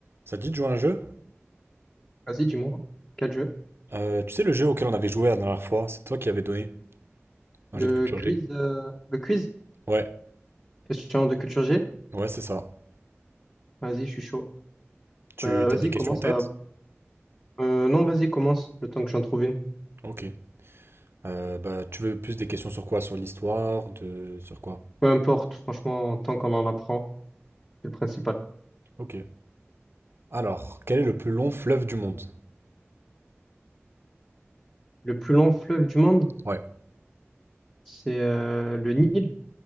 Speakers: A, on the right; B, on the left.
A: Ça te dit de jouer à un jeu?
B: Vas-y, dis-moi, quel jeu?
A: Euh, tu sais le jeu auquel on avait joué la dernière fois, c'est toi qui avais donné un
B: Le
A: jeu de culture
B: quiz,
A: G.
B: euh, le quiz?
A: Ouais,
B: Question de culture G?
A: ouais, c'est ça.
B: Vas-y, je suis chaud.
A: Tu
B: Euh, vas-y,
A: as des questions
B: commence
A: en tête?
B: à... Euh, non, vas-y, commence, le temps que j'en trouve une.
A: Ok. Euh, bah, tu veux plus des questions sur quoi? Sur l'histoire, de... sur quoi?
B: Peu importe, franchement, tant qu'on en apprend, c'est le principal.
A: Ok. Alors, quel est le plus long fleuve du monde?
B: Le plus long fleuve du monde,
A: Ouais.
B: c'est euh, le Nil.